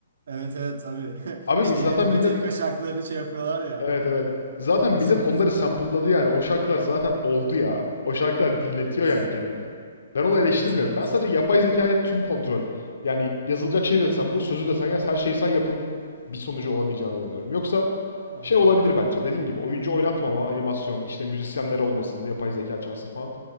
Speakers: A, on the right (about 65°); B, on the left (about 75°).
A: Evet evet tabii. <laughs>
B: Abi
A: Şeyleri
B: insan- zaten
A: Metallica
B: millet
A: şarkılarını şey yapıyorlar ya.
B: evet evet zaten
A: Müslüm
B: millet onları
A: Gürses.
B: sample'ladı yani o şarkılar zaten oldu ya. O şarkılar dinletiyor
A: Evet.
B: yani kendini. Ben onu eleştirmiyorum.
A: Evet evet.
B: Ben sadece yapay zekaya tüm kontrol yani yazılacak şey desen bu sözü desen yaz her şeyi sen yapın bir sonucu olamayacağına inanıyorum. Yoksa
A: Anladım.
B: şey olabilir bence dediğim gibi oyuncu oynatmama animasyon işte müzisyenler olmasın yapay zeka çalsın falan.